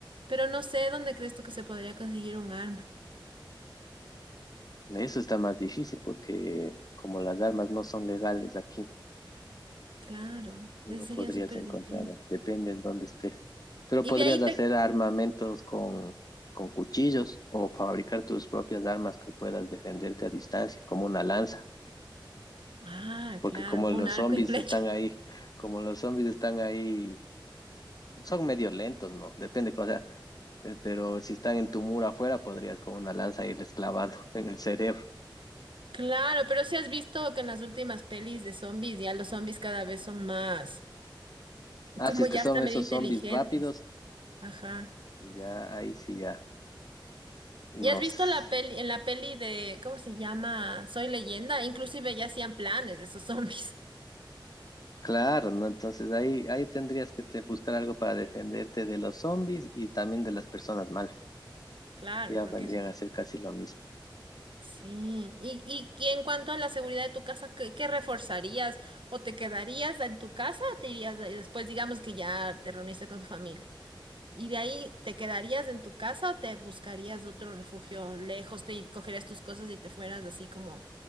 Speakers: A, on the right (about 75°); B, on the left (about 50°).
A: Pero no sé dónde crees tú que se podría conseguir un arma.
B: eso está más difícil porque como las armas no son legales aquí,
A: Claro,
B: no
A: ese
B: podrías
A: sería súper
B: encontrarlas,
A: difícil.
B: depende en dónde estés. Pero
A: Y
B: podrías
A: de ahí te...
B: hacer armamentos con, con cuchillos o fabricar tus propias armas que puedas defenderte a distancia, como una lanza,
A: Ah,
B: porque
A: claro,
B: como
A: un
B: los
A: arco
B: zombies
A: y flecha.
B: están ahí, como los zombies están ahí, son medio lentos, ¿no? Depende, o sea, eh, pero si están en tu muro afuera, podrías con una lanza irles clavando <laughs> en el cerebro.
A: Claro, pero si has visto que en las últimas pelis de zombies ya los zombies cada vez son más,
B: Ah,
A: como
B: si es
A: ya
B: que son
A: están
B: esos
A: medio inteligentes.
B: zombies rápidos,
A: Ajá.
B: ya ahí sí ya nos.
A: ¿Ya has visto la peli, en la peli de, ¿cómo se llama? Soy Leyenda, inclusive ya hacían planes de esos zombies. <laughs>
B: Claro, ¿no? Entonces ahí, ahí tendrías que te- buscar algo para defenderte de los zombies y también de las personas malas.
A: Claro,
B: Ya
A: porque
B: vendrían
A: eso...
B: a ser casi lo mismo.
A: Sí. Y, y, y en cuanto a la seguridad de tu casa, ¿qué, qué reforzarías? ¿O te quedarías en tu casa o te irías de- después, digamos que ya te reuniste con tu familia? ¿Y de ahí te quedarías en tu casa o te buscarías otro refugio lejos? ¿Te cogerías tus cosas y te fueras así como,